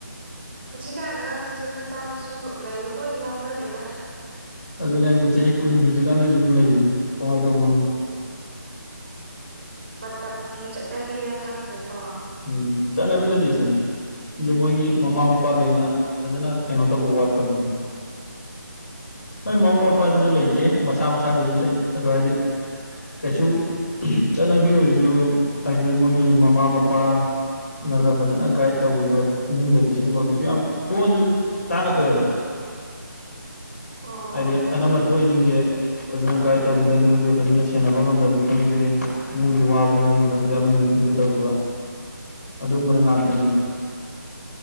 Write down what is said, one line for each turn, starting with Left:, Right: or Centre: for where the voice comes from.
Right: ꯍꯧꯖꯤꯛꯀꯥꯟ ꯑꯉꯥꯡꯁꯤꯡꯁꯦ ꯃꯆꯥ ꯃꯁꯨ ꯂꯩꯕ ꯂꯣꯏ ꯌꯥꯎꯅꯔꯦꯗ
Left: ꯑꯗꯨꯅꯦ ꯍꯥꯏꯁꯦ ꯆꯍꯤ ꯀꯨꯟ ꯁꯨꯗ꯭ꯔꯤꯀꯥꯟꯗꯩꯁꯨ ꯑꯗꯨꯝ ꯂꯩꯔꯤ ꯀꯃꯥꯏꯅ ꯇꯧꯕꯅꯣ
Right: ꯎꯝ
Left: ꯈꯪꯗꯦ
Right: ꯃꯇꯝꯒꯤ ꯆꯠꯅꯕꯤꯔ ꯈꯪꯗ꯭ꯔꯦꯀꯣ
Left: ꯎꯝ ꯆꯠꯅꯕꯤ ꯅꯠꯇꯦ ꯁꯤ ꯁꯤꯁꯦ ꯃꯣꯏꯒꯤ ꯃꯃꯥ ꯃꯄꯥꯈꯩꯅ ꯐꯖꯅ ꯀꯩꯅꯣ ꯇꯧꯕ ꯋꯥꯠꯄꯒꯤꯅꯤ ꯍꯣꯏ ꯃꯃꯥ
Right: ꯑꯗꯨ
Left: ꯃꯄꯥꯗꯨꯁꯨ
Right: ꯑꯗꯨꯒꯨꯝꯕꯗꯣ
Left: ꯂꯩꯇꯦ ꯃꯁꯥ ꯃꯁꯥꯗꯨꯁꯨ ꯂꯩ ꯑꯗꯣ ꯍꯥꯏꯗꯤ ꯀꯩꯁꯨ ꯆꯠꯅꯕꯤ ꯑꯣꯏꯔꯁꯨ ꯍꯥꯏꯗꯤ ꯃꯣꯏꯒꯤ ꯃꯃꯥ ꯃꯄꯥ ꯅꯒ ꯐꯖꯅ ꯒꯥꯏꯗ ꯇꯧꯕꯤꯕ ꯏꯃꯨꯡꯗꯗꯤ ꯁꯤꯒꯨꯝꯕ ꯀꯩꯁꯨ ꯌꯥꯝ ꯊꯣꯛꯑꯁꯨ ꯇꯥꯡꯅ ꯊꯣꯛꯑꯦꯕ
Right: ꯍꯣꯏ ꯍꯣꯏ
Left: ꯍꯥꯏꯗꯤ
Right: ꯍꯣꯏ ꯑꯗꯨ
Left: ꯑꯅꯝꯕ ꯊꯣꯛꯏꯁꯤꯡꯁꯦ ꯐꯖꯅ
Right: ꯑꯥ
Left: ꯒꯥꯏꯗ ꯇꯧꯕꯤꯗꯕꯅꯤ ꯈꯪꯗꯦ ꯐꯖꯅ ꯁꯦꯟꯅꯕ ꯉꯝꯗꯕꯅꯤ ꯈꯪꯗꯦ ꯏꯃꯨꯡꯒꯤ ꯋꯥꯕꯅꯅꯤ ꯈꯪꯗꯦ ꯑꯃꯅꯅꯤ ꯈꯪꯗꯦ ꯇꯧꯈꯤꯕ ꯑꯗꯨꯒꯨꯝꯕꯅ ꯉꯥꯛꯇꯅꯦꯕ